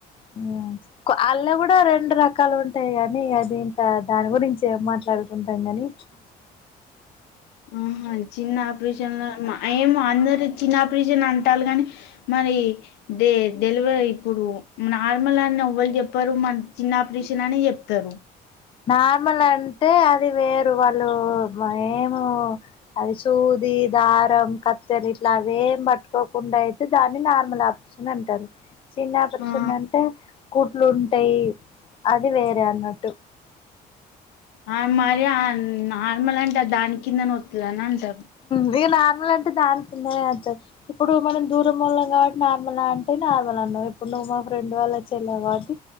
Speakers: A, on the left (about 30°); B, on the left (about 90°).
A: ఊ అళ్ళ కూడా రెండు రకాలు ఉంటాయి కాగాని అది ఇంకా దాని గురించి ఏం మాట్లాడుకుంటాం కానీ
B: ఆహా ఇద్ ఆయితే చిన్న ఆపరేషన్ల మా ఏమో అందరు చిన్నపరేషన్ అంటారు గాని మరి డె డెలివరి ఇప్పుడు నార్మల్ అని ఎవ్వళ చెప్పారు మరి చిన్న ఆపరేషన్ అనే చెప్తారు
A: నార్మల్ అంటే అది వేరు వాళ్ళు ఏమో అది సూది దారం కత్ తెరిట్ల అవే పట్టుకోకుండా అయితే దాన్ని నార్మల్ ఆపరేషన్ అంటారు చిన్న ఆపరేషన్
B: ఆ
A: అంటే కూట్లు ఉంటాయి అది వేరే అన్నట్టు
B: ఆ మరి ఆ నార్మల్ అంటే దాని కిందనే ఓతాడని అంటారు తబ్
A: నీ నార్మల్ అంటే దాని కిందనే అంతంది ఇప్పుడు మనం దూరం వాళ్లం కాబట్టి నార్మల్ అంటే నార్మల్ అన్నావు ఇప్పుడు నువ్వు మా ఫ్రెండ్ వాళ్ళు వచ్చలావు కాబట్టి